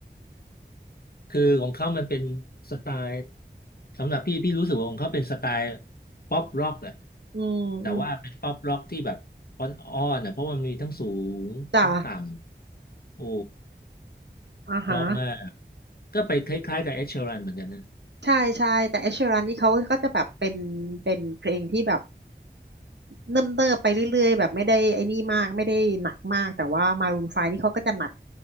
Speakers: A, on the left; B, on the right.
A: คือของเขามันเป็นสไตล์สำหรับพี่พี่รู้สึกว่าของเขาเป็นสไตล์ป๊อปร็อกอะ
B: อืมอืม
A: แต่ว่าเป็นป๊อปร็อกที่แบบอ้อนอ้อนอะเพราะมันมีทั้งสูงทั้งต่
B: จ้ะ
A: ำโอ้
B: อ่าฮะ
A: เพราะมากก็ไปคล้ายๆกับเอ s h ช r รันเหมือนกันนะ
B: ใช่ใช่แต่เอชรันนี่เขาก็จะแบบเป็นเป็นเพลงที่แบบ เนิ่มเนิบไปเรื่อยๆแบบไม่ได้ไอ้นี่มากไม่ได้หนักมากแต่ว่ามารูนไฟนี่เขาก็จะหนัก